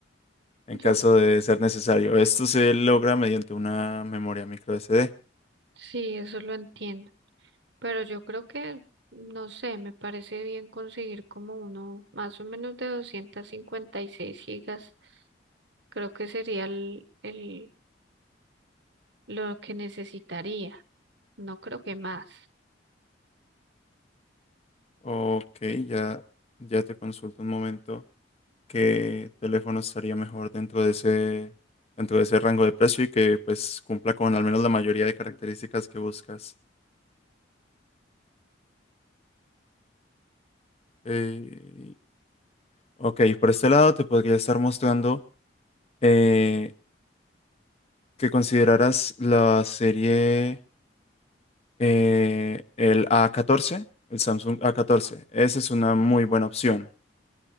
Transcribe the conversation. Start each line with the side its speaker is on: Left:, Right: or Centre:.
Left: en
Right: Yo
Left: caso de ser necesario. Esto se logra mediante una memoria micro SD.
Right: sí, eso lo entiendo. Pero yo creo que, no sé, me parece bien conseguir como uno más o menos de 256 gigas. Creo que sería el, el, lo que necesitaría. No creo que más.
Left: Ok, ya, ya te consulto un momento qué teléfono estaría mejor dentro de ese, dentro de ese rango de precio y que pues cumpla con al menos la mayoría de características que buscas. Eh, Ok, por este lado te podría estar mostrando eh, que consideraras la serie eh, el a catorce el Samsung a catorce Esa es una muy buena opción.